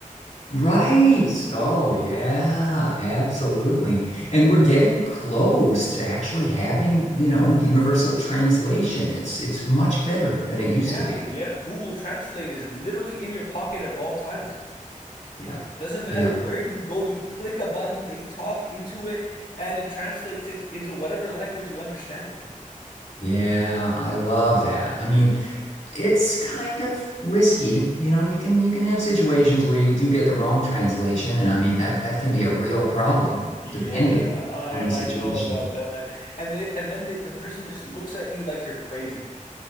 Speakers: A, on the left (about 60°); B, on the left (about 75°).
A: right. Oh, yeah, absolutely. And we're getting close to actually having, you know, universal translation. It's it's much better than it
B: Yeah,
A: used to be.
B: yeah. Google Translate is literally in your pocket at all times.
A: Yeah.
B: Doesn't matter
A: Yeah.
B: where you go, you click a button, they talk into it, and it translates it into whatever language you understand.
A: Yeah, I love that. I mean, it's kind of risky. You know, you can you can have situations where you do get the wrong translation, and I mean that that can be a real problem
B: Yeah,
A: depending
B: I
A: on the situation.
B: I know about that. And they and then the, the person just looks at you like you're crazy.